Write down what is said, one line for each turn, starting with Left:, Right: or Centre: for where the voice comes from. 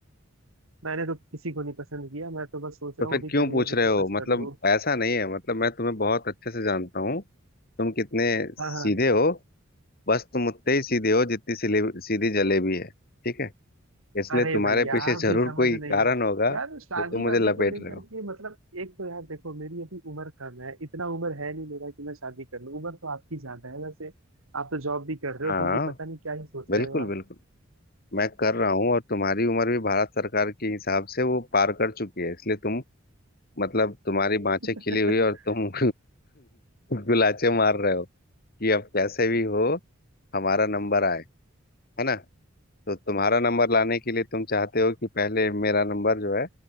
Right: मैंने तो किसी को नहीं पसंद किया मैं तो बस सोच रहा
Left: तो फिर
Right: हूँ अभी
Left: क्यों
Right: करियर
Left: पूछ
Right: पे
Left: रहे
Right: फोकस
Left: हो मतलब
Right: कर लूँ
Left: ऐसा नहीं है मतलब मैं तुम्हें बहुत अच्छे से जानता हूँ तुम कितने सीधे
Right: हाँ हाँ
Left: हो बस तुम उतने ही सीधे हो जितनी सिले- सीधी जलेबी है ठीक है इसलिए
Right: अरे
Left: तुम्हारे
Right: भैया
Left: पीछे
Right: आप भी
Left: जरूर
Right: समझ
Left: कोई
Right: नहीं
Left: कारण
Right: रहे
Left: होगा
Right: यार शादी
Left: जो तुम मुझे
Right: वादी
Left: लपेट
Right: को लेकर
Left: रहे हो
Right: के मतलब एक तो यार देखो मेरी अभी उम्र कम है इतना उम्र है नहीं मेरा कि मैं शादी कर लूँ उम्र तो आपकी ज्यादा है वैसे आप तो जॉब भी कर रहे
Left: हाँ
Right: हो फिर भी पता नहीं क्या ही सोच
Left: बिल्कुल
Right: रहे हो आप
Left: बिल्कुल मैं कर रहा हूँ और तुम्हारी उम्र भी भारत सरकार के हिसाब से वो पार कर चुकी है इसलिए तुम मतलब तुम्हारी बाँछें खिली
Right: <laughs>
Left: हुई और तुम <laughs> गुलाचे मार रहे हो कि अब कैसे भी हो हमारा नंबर आए है ना तो तुम्हारा नंबर लाने के लिए तुम चाहते हो कि पहले मेरा नंबर जो है